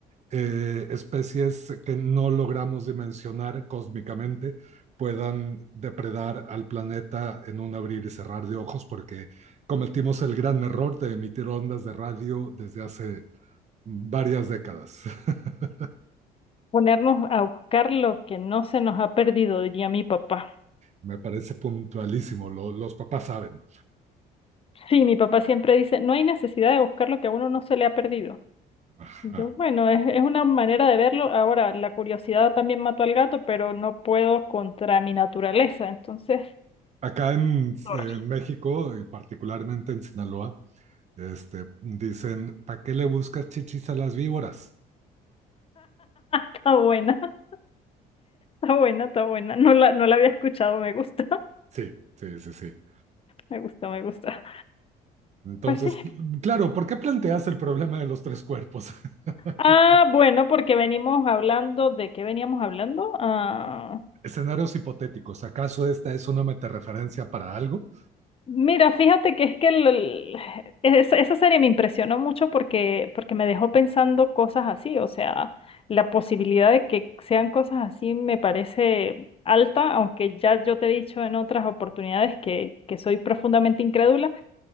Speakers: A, on the right; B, on the left.
A: eh, especies que no logramos dimensionar cósmicamente puedan depredar al planeta en un abrir y cerrar de ojos, porque cometimos el gran error de emitir ondas de radio desde hace varias décadas. <laughs>
B: Ponernos a buscar lo que no se nos ha perdido, diría mi papá.
A: Me parece puntualísimo, lo, los papás saben.
B: Sí, mi papá siempre dice, no hay necesidad de buscar lo que a uno no se le ha perdido.
A: Ajá.
B: Y yo, bueno, es, es una manera de verlo. Ahora, la curiosidad también mató al gato, pero no puedo contra mi naturaleza. Entonces,
A: Acá en,
B: Sorry.
A: en, México, y particularmente en Sinaloa, este, dicen, ¿para qué le buscas chichis a las víboras?
B: está buena, <laughs> está buena, está buena. No la, no la había escuchado, me gusta, <laughs>
A: Sí, sí, sí, sí.
B: me gusta, me gusta.
A: Entonces,
B: Pues sí.
A: claro, ¿por qué planteas el problema de los tres cuerpos? <laughs>
B: Ah, bueno, porque venimos hablando, ¿de qué veníamos hablando? Ah,
A: Escenarios hipotéticos. ¿Acaso esta es una metareferencia para algo?
B: Mira, fíjate que es que el- el- esa, esa serie me impresionó mucho porque, porque me dejó pensando cosas así, o sea, la posibilidad de que sean cosas así me parece alta, aunque ya yo te he dicho en otras oportunidades que, que soy profundamente incrédula,